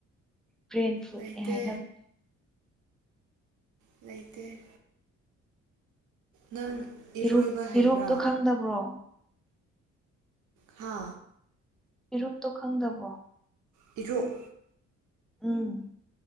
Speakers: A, in the centre; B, on the right.
A: ꯕ꯭ꯔꯦꯟ ꯐꯨꯗꯅꯦ
B: ꯂꯩꯇꯦ
A: ꯍꯥꯏꯅꯕꯅꯦ
B: ꯂꯩꯇꯦ ꯅꯪ
A: ꯄꯤꯔꯨꯛ
B: ꯏꯔꯣꯏꯕ
A: ꯄꯤꯔꯨꯛꯇꯣ
B: ꯍꯩꯕ꯭ꯔꯥ
A: ꯈꯪꯗꯕ꯭ꯔꯣ
B: ꯈꯥ
A: ꯄꯤꯔꯨꯞꯇꯣ ꯈꯪꯗꯕꯣ
B: ꯄꯦꯔꯨꯛ
A: ꯎꯝ